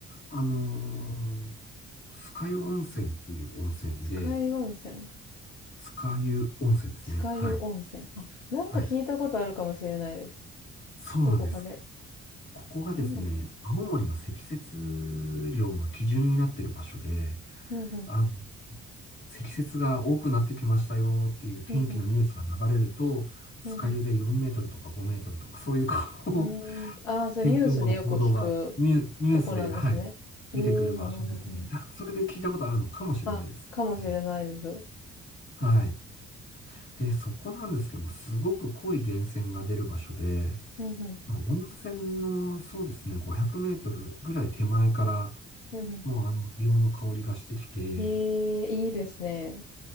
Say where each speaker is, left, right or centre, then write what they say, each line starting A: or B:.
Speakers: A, on the left; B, on the left.
A: あのー、酸ヶ湯温泉っていう温泉で、
B: 酸ヶ湯温泉。
A: 酸ヶ湯温泉ですね。
B: 酸ヶ湯温泉。
A: はい。
B: あ、なんか聞いたことあるかもしれないです。
A: はい。そうなんです。
B: どこかで。
A: ここがですね、
B: なんだっけ。
A: 青森の積雪量の基準になってる場所で、
B: うんうん。
A: あの、積雪が多くなってきましたよっていう天気のニュースが流れると、
B: うんうん。
A: 酸ヶ湯で4メートルとか5メートルとか、
B: うんう
A: そういうこう
B: ん。うーん。ああ、そう、
A: 天気予報の報道がニュ、
B: ニュースでよく聞く
A: ニュースで、
B: とこなんですね。
A: はい、
B: へえ、
A: 出てくる場所ですね。
B: なるほど。うん
A: だ、それで聞いたことあるのかもしれないです。
B: あ、かもしれないです。
A: はい。
B: うん
A: はいで、そこなんですけども、すごく濃い源泉が出る場所で、
B: うん。
A: まあ、温泉の、そうですね、500メートルぐらい手前から、
B: うんうん。
A: もうあの、硫黄の香りがしてきて、
B: へえ、いいですね。